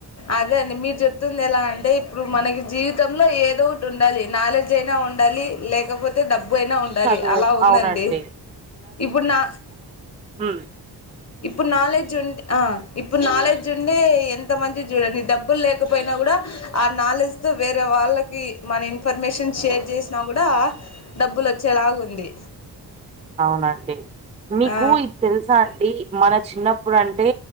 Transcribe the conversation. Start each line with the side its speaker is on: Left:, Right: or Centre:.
Left: అదే అండి మీరు చెప్తుంది ఎలా అంటే ఇప్పుడు మనకి జీవితంలో ఏదో ఒకటి ఉండాలి, నాలెడ్జ్ అయినా ఉండాలి లేకపోతే డబ్బు అయినా ఉండాలి
Right: చదువు
Left: అలా ఉందండి
Right: అవునండి
Left: ఇప్పుడు నా
Right: ఉ
Left: ఇప్పుడు నాలెడ్జ్ ఉంట్ ఆ ఇప్పుడు నాలెడ్జ్ ఉండే ఎంత మంచి చూడండి డబ్బులు లేకపోయినా కూడ ఆ నాలెడ్జ్తో వేరే వాళ్ళ కి మన ఇన్ఫర్మేషన్ షేర్ చేసినా కూడా డబ్బులు వచ్చేలాగు ఉంది
Right: అవునండి మీకు
Left: ఆ
Right: ఇది తెలు సా అండి మన చిన్నప్పుడు అంటే